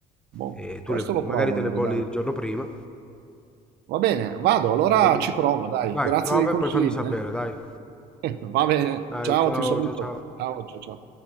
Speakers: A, on the right; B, in the centre.
A: Boh,
B: e
A: questo
B: tu le,
A: lo
B: magari
A: provo
B: te
A: allora,
B: le bolli
A: dai.
B: il giorno prima.
A: Va bene, vado, allora
B: le bolli-
A: ci provo, dai.
B: Dai,
A: Grazie
B: prova
A: dei consigli,
B: e poi fammi sapere, dai.
A: eh. <laughs> Va bene,
B: Dai,
A: ciao,
B: ciao,
A: ti saluto.
B: ciao, ciao.
A: Ciao, ciao, ciao.